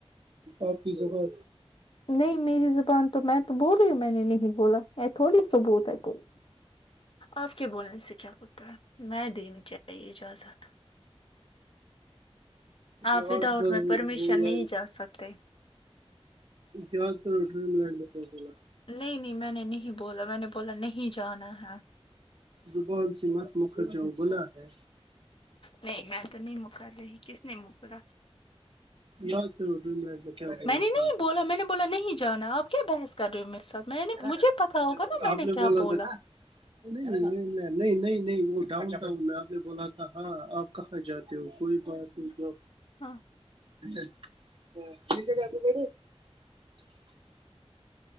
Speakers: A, on the right; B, on the left.
A: آپ کی زبان
B: نہیں میری زبان تو میں تو بول رہی ہوں میں نے نہیں بولا ای تھوڑی ثبوت ہے کوئی آپ کے بولنے سے کیا ہوتا ہے میں دینی چاہی چاہے اجازت آپ
A: یاد
B: وداؤٹ
A: کرو
B: میں پرمیشن
A: بھول گے
B: نہیں جا سکتے
A: کیا کر ڈریم لینڈ بتا بولا
B: نہیں نہیں میں نے نہیں بولا میں نے بولا نہیں جانا ہے
A: زبان سے مت مکھر جاؤ گنا ہے
B: نہیں میں تو نہیں مکر رہی کس نے مکرا
A: یاد کرو پھر میں نے کیا بولا
B: میں نے
A: تھا
B: نہیں بولا میں نے بولا نہیں جانا آپ کیا بحث کر رہے ہو میرے ساتھ میں نے مجھے
A: نے
B: پتا ہوگا نا میں
A: آپ
B: نے کیا بولا
A: تھا نہیں نہیں میں نہیں نہیں نہیں وہ ڈاؤن ٹاؤن میں آپ نے بولا تھا ہاں آپ کہاں جاتے تو کوئی بات ہے تو
B: ہاں
A: <unintelligible>